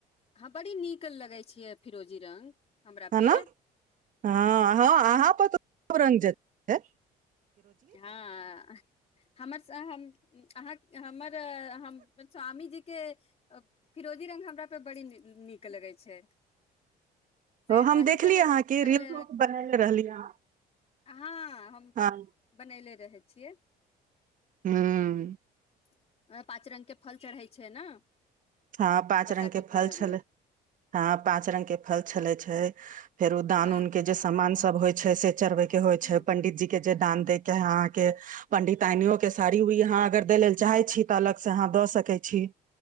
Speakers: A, on the left; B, on the right.
A: हाँ बड़ी नीक लगै छियै फिरोजी जी रंग हमरा
B: है
A: पे
B: न हँ हँ अहाँ पर तऽ खुब रङ्ग जचतै
A: हँ हमर स हम अहाँ हमर हम स्वामीजीके फिरोजी रङ्ग हमरापर बड़ी नीक लगै छै से
B: ओ हम
A: वही
B: देखली
A: कह
B: अहाँके
A: कहले
B: रिल उल बनेली रहलियै अहाँ
A: हँ हम
B: हँ
A: बनैले रहै छियै
B: ह्म्म
A: ओहिमे पाँच रंग के फल चढ़ै छै ने
B: हँ पाँच
A: बरसाती
B: रंग के
A: पूजा
B: फल छले
A: मे
B: हँ पाँच रंग के फल छले छै फेर ओ दान
A: हँ
B: उन के जे सामान सब होइ छै से चढ़बै के होइ
A: ह
B: छै पंडित जी के जे दान देय कै आहाँ के पंडितानियो के साड़ी उड़ी अहाँ अगर दय लेल चाहै छी तऽ अलग से अहाँ दऽ सकै छी